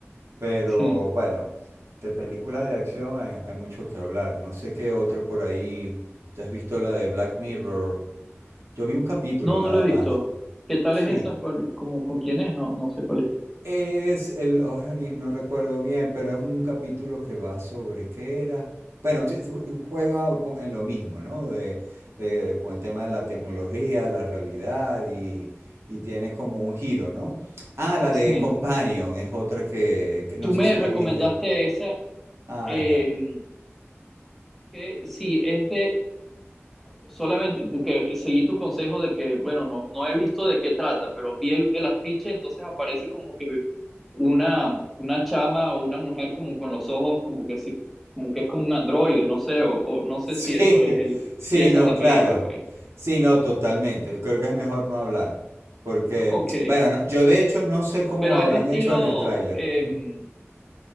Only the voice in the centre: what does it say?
sí.
No,
no lo he visto.
¿Qué tal
es esa? ¿Cuál, como, con quién es? No, no sé cuál es.
Sí.
Tú
me
recomendaste
esa,
eh,
que sí, es de Solamente porque seguí tu consejo de que, bueno, no, no he visto de qué trata, pero vi el, el afiche, entonces aparece como que una, una chama o una mujer como con los ojos, como que sí, como que es como un androide, no sé, o, o no sé
si eso es el,
si esa
es la
película, pues.
<laughs> Ok.
Pero
es estilo,
em,